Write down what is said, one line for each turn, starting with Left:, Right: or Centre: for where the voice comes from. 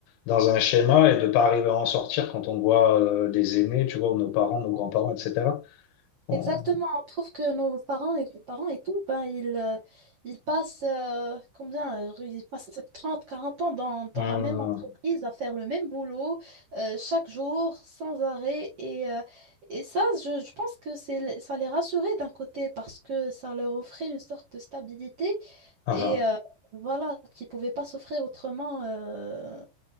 Left: dans un schéma et de pas arriver à en sortir quand on voit euh, les aînés, tu vois, ou nos parents, nos grands-parents, etc. On-
Right: Exactement,
Left: on-
Right: on trouve que nos parents et les parents et tout, ben, ils, euh, ils passent euh, combien? euh, Ils passent <laughs> 30 40 ans dans, dans
Left: Hum,
Right: la même entreprise à faire le même boulot euh, chaque jour, sans arrêt. Et, euh, et ça, je, je pense que c'est, ça les rassurait d'un côté parce que ça leur offrait une sorte de stabilité
Left: ah,
Right: et
Left: ah.
Right: euh, voilà, qu'ils ne pouvaient pas s'offrir autrement. euh,